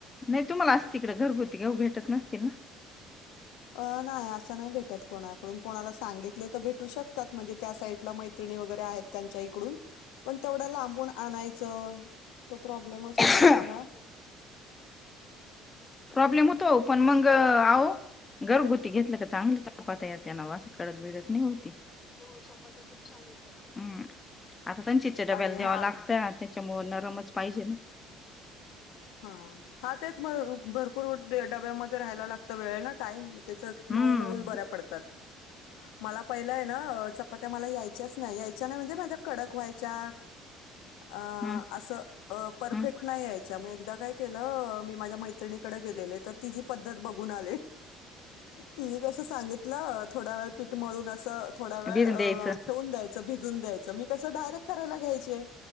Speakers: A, on the left (about 25°); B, on the left (about 80°).
A: नाही तुम्हाला अस तिकडे घरगुती घेऊ भेटत नसतील ना
B: अ नाही असं नाही भेटत कोणाकडून कोणाला सांगितले तर भेटू शकतात म्हणजे त्या साईडला मा िणी वगैरे आहेत त्यांच्या इकडून पण तेवढं लांबून आणायचं तो प्रॉब्लेमच होतो
A: हम्म.
B: ना स
A: प्रॉब्लेम होतो पण मग आह घरगुती घेतलं का चांगली चपात या त्याना वास कडक बीडक नई होत. हो चपात्या खुप छान होतात अम्म आता संचितच्या डब्याला
B: आणि
A: द्यावं
B: ह्या
A: लागतंय ते त्याच्यामुळे नरमच पाहिजे ना,
B: हा हा तेच म भरपूर डब्यामध्ये राहायला लागतं वेळ ना, टाईम त्याच
A: हम्म
B: मऊ मऊज बऱ्या पडतात. मला पहिलंय ना, अ चपात्या मला यायच्याच नाही यायच्या नाही म्हणजे माझ्या कडक व्हायच्या अ
A: हम्म
B: अस अ परफेक्ट
A: हम्म.
B: नाही यायच्या म एकदा काय केलं हो मी माझ्या मैत्रिणीकडे गेलेले तर ती जी पद्धत बघून आले. तिने कसं सांगितलं थोडा वेळ पीठमळून असं थोडा वेळ
A: भिजून
B: अ
A: द्यायचं
B: ठेवून द्यायचं भिजून द्यायचं मी कसं डायरेक्ट करायला घ्यायचे,